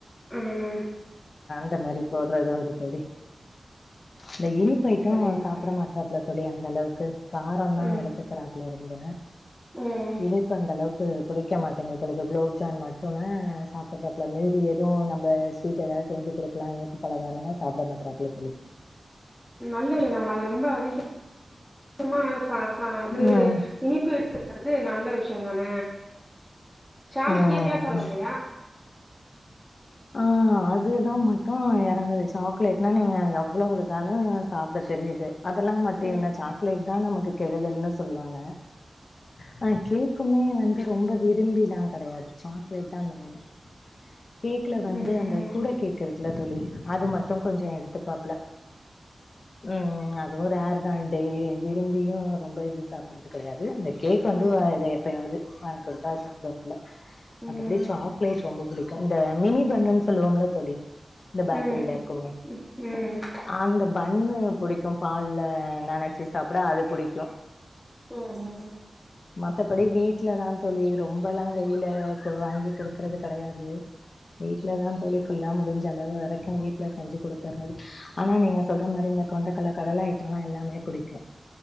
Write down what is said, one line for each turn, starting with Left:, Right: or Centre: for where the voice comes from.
Centre: ம்
Left: இந்த மாரி போடுறது உண்டு தோழி இல்ல இனிப்பு ஐட்டும்
Centre: சரிம்மா
Left: சாப்பிட
Centre: சரி
Left: மாற்றாப்புல தோழி அந்த அளவுக்கு கார எல்லா
Centre: ம்
Left: எடுத்துக்கிறாப்புல எந்த
Centre: ம்
Left: இனிப்பு அந்த அளவுக் கு புடிக்க மாட்டேங்குது தோழி ப்ப குலோப்ஜான் மட்டுன சாப்பிடறாப்புல மீதி எதுவு நம்ம ஸ்வீட் ஏதாது செஞ்சு குடுக்கலா இனிப்பு பலகாரனா சாப்ட மாட்றாப்புல தோழி
Centre: நல்லது நம்ம அது ரொம்ப அதிக மா பா கா அது
Left: ம்
Centre: இனிப்பு எடுத்துக்காதது நல்ல விஷயந்தான சாக்லேட்
Left: ம்
Centre: கேக் எல்லா சாப்டுவாப்லயா
Left: ஆ அதுதா மட்டு எறங்குது சாக்லேட்னா நீங்க எவ்ள குடுத்தாலு சாப்ட தெரியுது அதெல்லா மட்டு
Centre: ம்
Left: என்ன சாக்லேட் தா நமக்கு கெடுதல்னு சொல்லுவாங்க ஆனா கேக்குமே வந்து ரொம்ப விரும்பிலா கெடையாது சாக்லேட்தா மெய்னு கேக் ல வந்து
Centre: ம்
Left: அந்த ஃபுடி கேக் இருக்குல்ல தோழி அது மட்டு கொஞ்ச எடுத்துப்பாப்ல ம் ம் அதுவு ரேர்தா டெய்லி விரும்பியு ரொம்ப இது சாப்படறது கெடையாது அந்த கேக் வந்து
Centre: ம்
Left: ஆ இதய எப்பயாது வாங்கி குடுத்தா சாப்டுவாப்ல மத்தபடி
Centre: ம் ம்
Left: சாக்லேட் ரொம்ப புடிக்கு இந்த டீ பண்ணுன்னு சொல்லுவாங்கள்ல தோழி இந்த பேக்கரில
Centre: ம்
Left: இருக்குமே
Centre: ம்
Left: அந்த பண்ணு புடிக்கும் பால்ல நினைச்சு சாப்பிட அது பிடிக்கும்
Centre: ம் ம்
Left: மத் தபடி வீட்டலதா தோழி ரொம்பல்லாம் வெளியில வாங்கி குடுக்கறது கிடையாது வீட்லதா தோழி ஃபுல்லா முடிஞ்ச அளவு வரைக்கும் வீட்டுல செஞ்சு கொடுத்துர்றது ஆனா நீங்க சொல்ற மாரி இந்த கொண்டைக்கடல கடல ஐட்டம்ல்லாம் எல்லாமே பிடிக்கும்